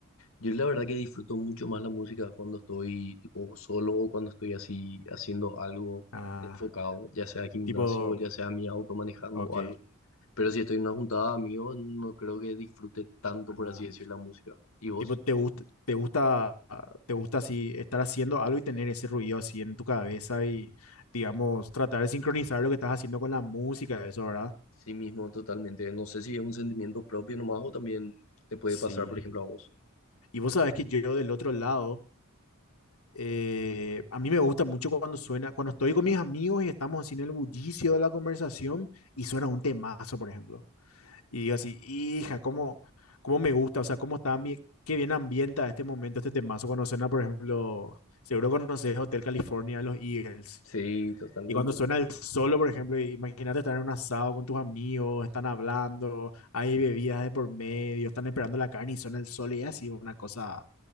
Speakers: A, on the left (about 65°); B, on the left (about 80°).
A: Yo la verdad que disfruto mucho más la música cuando estoy tipo solo o cuando estoy así haciendo algo
B: Ah,
A: enfocado, ya sea gimnasio,
B: tipo,
A: ya sea mi auto manejando
B: ok.
A: o algo. Pero si estoy en una juntada de amigos, no creo que disfrute tanto,
B: ah,
A: por así decir, la música. ¿Y vos?
B: Tipo, te gusta, te gusta, te gusta así estar haciendo algo y tener ese ruido así en tu cabeza y, digamos, tratar de sincronizar lo que estás haciendo con la música, eso, ¿verdad?
A: Sí mismo, totalmente. No sé si es un sentimiento propio nomás o también te puede
B: Sí.
A: pasar, por ejemplo, a vos.
B: Y vos sabés que yo del otro lado, eh, a mí me gusta mucho cuando suena, cuando estoy con mis amigos y estamos así en el bullicio de la conversación y suena un temazo, por ejemplo. Y digo así, hija, cómo, cómo me gusta, o sea, cómo está bien, qué bien ambienta este momento, este temazo cuando suena, por ejemplo, seguro conoces Hotel California de los Eagles.
A: Sí, totalmente.
B: Y cuando suena el solo, por ejemplo, imagínate estar en un asado con tus amigos, están hablando, hay bebidas de por medio, están esperando la carne y suena el solo y es así, una cosa...